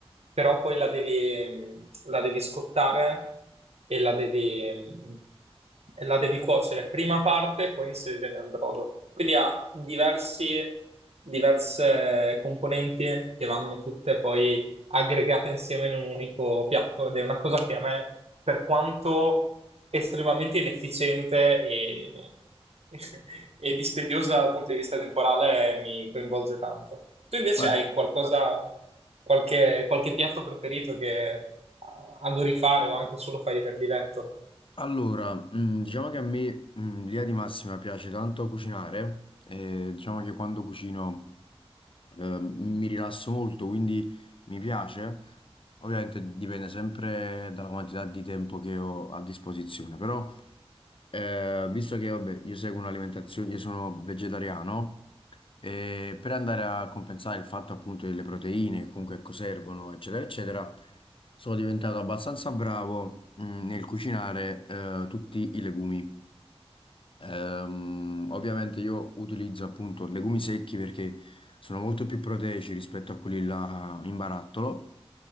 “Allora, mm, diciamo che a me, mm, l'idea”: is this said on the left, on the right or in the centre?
Left